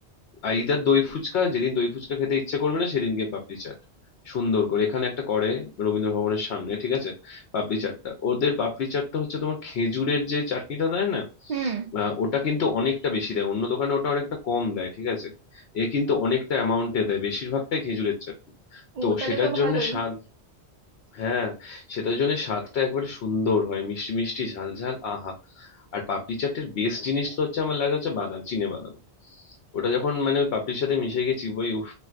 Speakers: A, on the left (about 70°); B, on the right (about 50°).
A: আর ইদার দই ফুচকা যেদিন দই ফুচকা খেতে ইচ্ছে করবে না সেদিন গিয়ে পাপড়ি চাট সুন্দর করে এখানে একটা করে রবীন্দ্র ভবনের সামনে ঠিক আছে পাপড়ি চাটটা ওদের পাপড়ি চাটটা হচ্ছে তোমার খেজুরের যে চাটনিটা দেয় না
B: হুম
A: আহ, ওটা কিন্তু অনেকটা বেশি দেয় অন্য দোকানে ওটা অনেকটা কম দেয় ঠিক আছে এ কিন্তু অনেকটা অ্যামাউন্টে দেয় বেশিরভাগটাই খেজুরের চাটনি
B: ও
A: তো
B: তাহলে
A: সেটার
B: তো
A: জন্য
B: ভালোই
A: স্বাদ হ্যাঁ সেটার জন্য স্বাদটা একবারে সুন্দর হয় মিষ্টি মিষ্টি ঝাল ঝাল আহা আর পাপড়ি চাটের বেস্ট জিনিসটা হচ্ছে আমার লাগে হচ্ছে বাদাম চিনে বাদাম ওটা যখন মানে ওই পাপড়ির সাথে মিশে গেছি ওই উফ